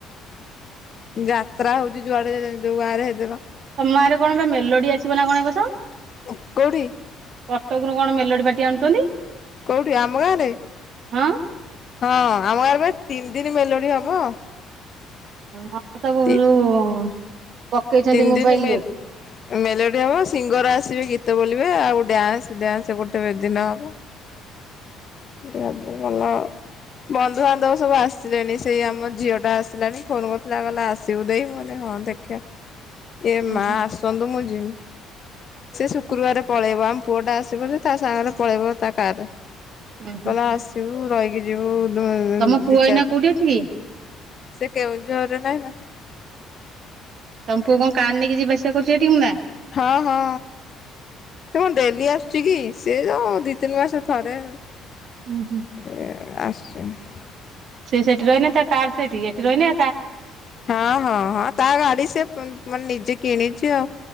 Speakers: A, on the left (about 45°); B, on the right (about 55°).
A: ଯାତ୍ରା ହଉଚି ଯୁଆଡେ ଯୋଉ ଗାଁରେ ହେଦିନ
B: ତମ ଗାଁରେ କଣ ବା ମେଲୋଡି ଆସିବ ନା କଣ ଏ ବର୍ଷ।
A: ଉ କଉଠି?
B: କଟକରୁ କଣ ମେଲୋଡି ପାଟି ଆଣୁଚନ୍ତି।
A: କଉଠି ଆମ ଗାଁରେ?
B: ହଁ।
A: ହଁ ଆମ ଗାଁରେ ପା ତିନି ଦିନି ମେଲୋଡି ହବ।
B: ହ ତୁ <unintelligible>
A: ତି
B: ଯୋଉ ପକେଇଛନ୍ତି
A: ତିନି
B: ମୋବାଇଲରେ
A: ଦିନି ମେଲ୍ ମେଲୋଡି ହବ ସିଙ୍ଗର ଆସିବେ ଗୀତ ବୋଲିବେ ଆଉ ଡ୍ୟାନ୍ସ ଡ୍ୟାନ୍ସ ଗୋଟେ ଦିନ ହବ। ଡାବୁ ଭଲ। ବନ୍ଧୁବାନ୍ଧବ ସବୁ ଆସିଲେଣି ସେଇ ଆମ ଝିଅ ଟା ଆସିଲାଣି ଫୋନ୍ କରିଥିଲା କହିଲା ଆସିବୁ ଦେଇ ମୁଁକହିଲି ହଁ ଦେଖେ ଏ
B: ଉଁ
A: ମା
B: ହୁଁ।
A: ଆସନ୍ତୁ ମୁଁ ଯିମି ସେ ଶୁକ୍ରବାର ପଳେଇବ ଆମ ପୁଅ ଟା ଆସିବ ଯେ ତା ସାଙ୍ଗରେ ପଳେଇବ ତା କାରରେ
B: ଉଁ
A: କହିଲା
B: ହୁଁ
A: ଆସିବୁ ରହିକି ଯିବୁ ଯଉଁ
B: ତମ ପୁଅ
A: ଦି
B: ଏଇନା
A: ଚାରିଦିନ
B: କୋଉଠି ଅଛି କି
A: ସେ କେଉଝରରେ ନାହିଁ ନା।
B: ତମ ପୁଅ କଣ କାର୍ ନେଇକି ଯିବାଆସିବା କରୁଛି ଏଟିକି ନା?
A: ହଁ ହଁ। ସେ କଣ ଡେଲି ଆସୁଛି କି ସିଏ ଯଉ ଦି ତିନି ମାସରେ ଥରେ।
B: ହୁଁ ହୁଁ।
A: ଏ ଆସିଛନ
B: ସେଠି ରହନେ ତା କାର୍ ସେଠି ଏଠି ରହିନେ
A: ହଁ ହଁ ହଁ ତା ଗାଡି ସେ ପ୍ ମାନେ ନିଜେ କିଣିଛି ଆଉ।